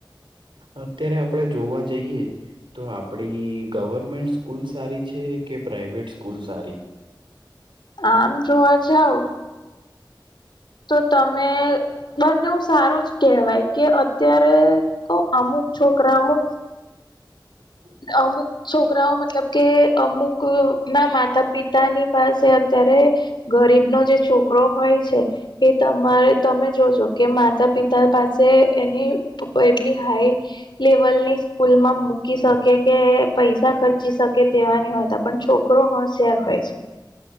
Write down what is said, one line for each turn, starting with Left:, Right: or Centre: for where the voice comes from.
Right: અત્યારે આપડે જોવા જઈએ. તો આપડી ગવર્મેન્ટ સ્કૂલ સારી છે? કે પ્રાઈવેટ સ્કૂલ સારી?
Left: આમ જોવા જાવ. તો તમે બંને ઓ સારું જ કહેવાય કે. ત્યારે અમુક છોકરાઓ
Right: હમ.
Left: અમુક છોકરાઓ મતલબ કે, અમુક ના માતા-પિતા. પિતાની પાસે અત્યારે ગરીબનો જે છોકરો હોય છે. એ તમારે તમે જોજો કે માતા-પિતા પાસે એની એટલી હાઈ. લેવલ ની સ્કૂલ માં મૂકીશ. કે કે પૈસા ખર્ચી શકે, તેવાની હોયતા, પણ છોકરો હોશિયાર હોય છે.